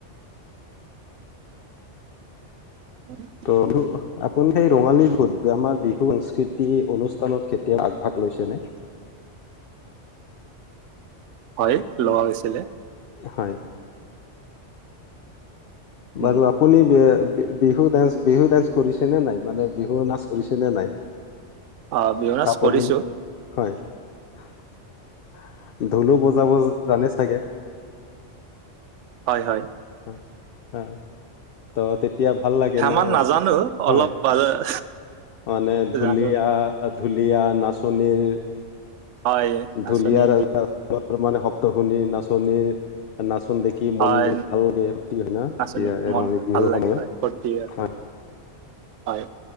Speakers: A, on the right; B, on the left.
A: হয় <unintelligible>
B: ত আপুনি সেই ৰঙালী বিহুত আমাৰ বিহু সংস্কৃতি অনুষ্ঠানত কেতিয়া আগভাগ লৈছেনে।
A: হয় লোৱা হৈছিলে।
B: হয় বাৰু
A: উম,
B: আপুনি বি বিহু ডান্স বিহু ডান্স কৰিছে নে নাই মানে বিহু নাচ কৰিছে নে নাই।
A: আ বিহনাচ
B: তাৰ
A: কৰিছো।
B: প দিন হয়। ঢোলো বজাব জানে চাগে?
A: হয় হয়।
B: অ ত তেত, তেতিয়া ভাল লাগে
A: সিমান
B: ন
A: নাজানো অলপ
B: হয়
A: বা-
B: মানে ঢুলীয়া,
A: জানো।
B: ঢুলীয়া নাচনীৰ
A: হয়, নাচনী
B: ঢুলিয়াৰ, ৰ
A: বিহু
B: মানে শব্দত শুনি নাচনীৰ নাচোন দেখি
A: হয়,
B: মন বোৰ, <unintelligible> না
A: নাচনী মন
B: ৰঙালি বিহুৰ
A: ভাল
B: সময়ত
A: লাগে হয়, ফূৰ্তি
B: হয়
A: হয়